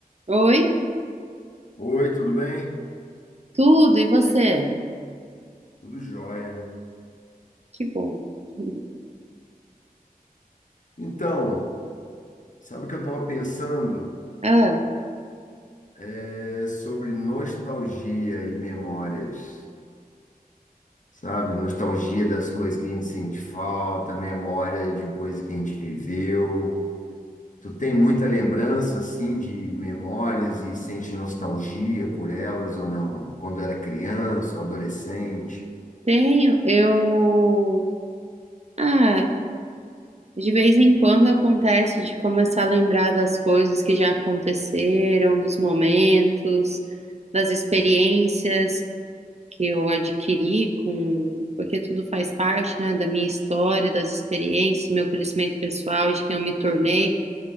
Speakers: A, on the right; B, on the left.
A: Oi,
B: Oi, tudo bem?
A: tudo, e você?
B: Tudo jóia.
A: Que bom. <laughs>
B: Então, sabe o que eu estava pensando?
A: Ah,
B: É sobre nostalgia e memórias, sabe? Nostalgia das coisas que a gente sente falta, memória de coisas que a gente viveu. Tu tem muita lembrança, assim, de memórias e sente nostalgia por elas ou não? Quando era criança ou adolescente?
A: tenho, eu. Ah, de vez em quando acontece de começar a lembrar das coisas que já aconteceram, dos momentos, das experiências que eu adquiri com, porque tudo faz parte, né, da minha história, das experiências, do meu crescimento pessoal, de quem eu me tornei